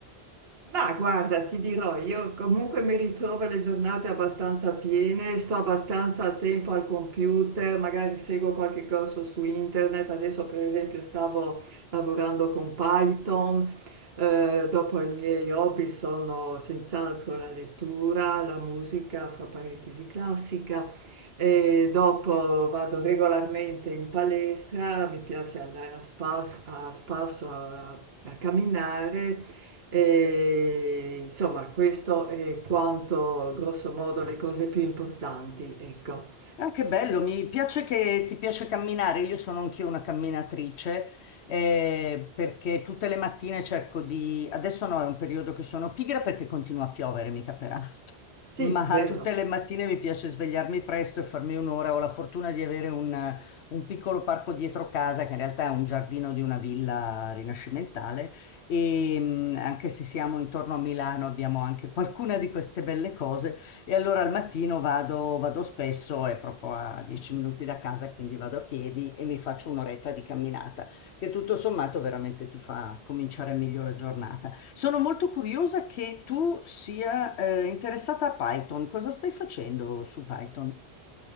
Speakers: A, on the right; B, on the left.
A: Ma guarda, ti dirò, io comunque mi ritrovo le giornate abbastanza piene, sto abbastanza a tempo al computer, magari seguo qualche corso su internet, adesso per esempio stavo lavorando con Python, eh, dopo i miei hobby sono senz'altro la lettura, la musica, fra parentesi classica, e dopo vado regolarmente in palestra, mi piace andare a spas- a spasso a a camminare. E, insomma, questo è quanto, grosso modo, le cose più importanti, ecco.
B: Ah, che bello, mi piace che ti piace camminare. Io sono anch'io una camminatrice, eh, perché tutte le mattine cerco di... Adesso no, è un periodo che sono pigra perché continua a piovere, mica per
A: Sì,
B: Ma
A: vero.
B: tutte le mattine mi piace svegliarmi presto e farmi un'ora. Ho la fortuna di avere un, un piccolo parco dietro casa, che in realtà è un giardino di una villa rinascimentale. E mh, anche se siamo intorno a Milano, abbiamo anche qualcuna di queste belle cose. E allora al mattino vado, vado spesso, è proprio a 10 minuti da casa, quindi vado a piedi e mi faccio un'oretta di camminata che tutto sommato veramente ti fa cominciare meglio la giornata. Sono molto curiosa che tu sia eh, interessata a Python. Cosa stai facendo su Python?